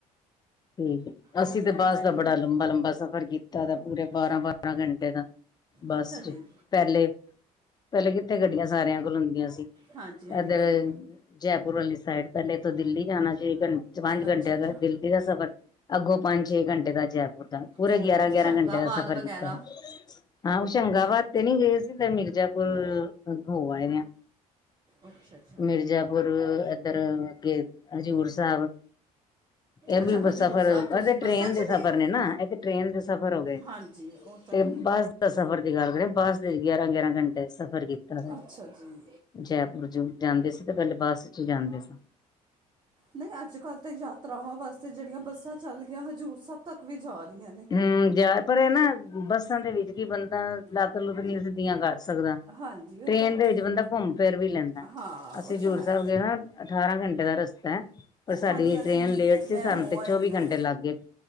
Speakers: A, on the left (about 20°); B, on the right (about 25°).
A: ਠੀਕ ਹੈ। ਅਸੀਂ
B: ਸਾਡੇ
A: ਤਾਂ ਬਸ
B: ਵੀ ਮੈਨੂੰ
A: ਦਾ ਬੜਾ
B: ਵੀ
A: ਲੰਬਾ ਲੰਬਾ ਸਫ਼ਰ ਕੀਤਾ ਦਾ ਪੂਰੇ ਬਾਰਾਂ ਬਾਰਾਂ ਘੰਟੇ ਦਾ ਬੱਸ
B: ਅੱਛਾ
A: ਚ
B: ਜੀ
A: ਪਹਿਲੇ ਪਹਿਲੇ ਕਿੱਥੇ ਗੱਡੀਆਂ ਸਾਰਿਆਂ ਕੋਲ ਹੁੰਦੀਆਂ ਸੀ
B: ਹਾਂਜੀ ਹਾਂਜੀ
A: ਇੱਧਰ ਜੈਪੁਰ ਵਾਲੀ ਸਾਈਡ ਪਹਿਲੇ ਇਥੋਂ ਦਿੱਲੀ ਜਾਣਾ ਚਾਹੀਦਾ ਪੰਜ
B: ਅੱਛਾ
A: ਘੰਟਿਆਂ
B: ਅੱਛਾ
A: ਦਾ ਦਿੱਲੀ ਦਾ ਸਫ਼ਰ ਅੱਗੋਂ ਪੰਜ ਛੇ ਘੰਟੇ ਦਾ ਜੈਪੁਰ ਦਾ ਪੂਰੇ
B: ਉਹ
A: ਗਿਆਰਾਂ
B: ਹੋਸ਼ੰਗਾਬਾਦ
A: ਗਿਆਰਾਂ ਘੰਟੇ ਦਾ ਸਫ਼ਰ
B: ਵਗੈਰਾ
A: ਕੀਤਾ ਹਾਂ ਚੰਗਾਵਾਦ ਤੇ ਨਹੀਂ ਗਏ ਸੀ ਤਾਂ ਮਿਰਜ਼ਾਪੁਰ ਹੋ ਆਏ ਨੇ
B: ਅੱਛਾ ਅੱਛਾ
A: ਮਿਰਜ਼ਾਪੁਰ ਏਧਰ ਅੱਗੇ ਹਜ਼ੂਰ ਸਾਹਿਬ ਇਹ ਵੀ
B: ਅੱਛਾ ਹਜੂਰ
A: ਸਫ਼ਰ
B: ਸਾਹਿਬ ਤੁਸੀਂ
A: ਤੇ ਟ੍ਰੇਨ
B: ਬੱਸਾਂ 'ਚ
A: ਦੇ ਸਫ਼ਰ
B: ਗਏ
A: ਨੇ ਨਾ ਇਹ ਤੇ ਟੇਨ ਦੇ ਸਫ਼ਰ ਹੋ ਗਏ
B: ਹਾਂਜੀ ਉਹ ਤਾਂ
A: ਤੇ ਬੱਸ ਦਾ ਸਫ਼ਰ ਦੀ ਗੱਲ ਕਰੇ ਬੱਸ ਦੇ ਗਿਆਰਾਂ ਗਿਆਰਾਂ ਘੰਟੇ ਸਫ਼ਰ ਕੀਤਾ ਹੈ।
B: ਅੱਛਾ ਜੀ
A: ਜੈਪੁਰ ਚ ਜਾਂਦੇ ਸੀ ਤੇ ਪਹਿਲੇ ਬਸ ਚ ਜਾਂਦੇ ਸੀ।
B: ਨਹੀਂ ਅੱਜ ਕੱਲ੍ਹ ਤੇ ਯਾਤਰਾਵਾਂ ਵਾਸਤੇ ਜਿਹੜੀਆਂ ਬੱਸਾਂ ਚੱਲ ਗਈਆਂ ਹਜ਼ੂਰ ਸਾਹਿਬ ਤੱਕ ਵੀ ਜਾ ਰਹੀਆਂ ਨੇ
A: ਹਮ ਜਾਂ ਫੇਰ ਹੈ ਨਾ ਬੱਸਾਂ ਦੇ ਵਿੱਚ ਕੀ ਬੰਦਾ ਲੱਤ ਲੁੱਤ ਨ ਸਿੱਧੀਆਂ ਕਰ ਸਕਦਾ
B: ਹਾਂਜੀ
A: ਟ੍ਰੇਨ
B: ਉਹ ਤਾਂ ਹੈ।
A: ਦੇ ਵਿੱਚ ਬੰਦਾ ਘੁੰਮ ਫਿਰ ਵੀ ਲੈਂਦਾ
B: ਹਾਂ
A: ਅਸੀਂ
B: ਉਹ
A: ਹਜ਼ੂਰ
B: ਤਾਂ ਹੈ
A: ਸਾਹਿਬ ਗਏ ਨਾ ਅਠਾਰਾਂ ਘੰਟੇ ਦਾ ਰਸਤਾ ਹੈ ਪਰ ਸਾਡੀ
B: ਹਾਂਜੀ ਅਸੀਂ
A: ਟ੍ਰੇਨ ਲੇਟ ਸੀ
B: ਮੈਂ
A: ਸਾਨੂੰ
B: ਹੋ
A: ਤੇ
B: ਆਈ
A: ਚੌਵੀ
B: ਦੀ ਹਾਂ
A: ਘੰਟੇ ਲੱਗ ਗਏ।